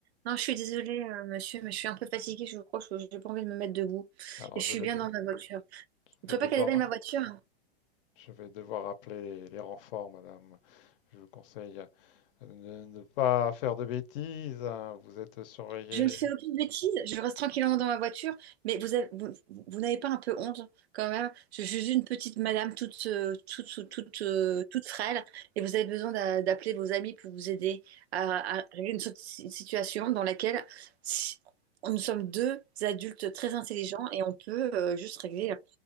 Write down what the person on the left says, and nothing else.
Alors,
je
vais,
de-
je
vais devoir,
je vais devoir appeler les renforts, madame. Je vous conseille de ne pas faire de bêtises. hein. Vous êtes surveillée.